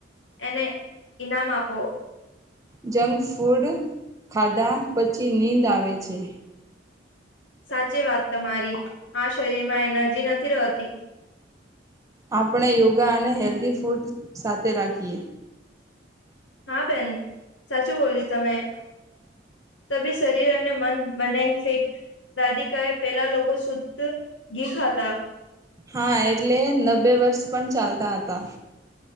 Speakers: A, on the left (about 85°); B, on the right (about 20°).
A: એને ઈનામ આપો.
B: જંક ફૂડ ખાધા પછી નીંદ આવે છે.
A: સાચી વાત તમારી હા શરીર માં એનર્જી નથી રહેતી.
B: આપણે યોગા અને હેલ્ધી ફૂડ સાથે રાખીએ.
A: હા બેન સાચું બોલ્યું તમે. ત બી શરીર અને મન બનાય ફિટ. દાદી કાહે પેલા લોકો શુદ્ધ ઘી ખાતા.
B: હા એટલે નબે વર્ષ પણ ચાલતા હતા.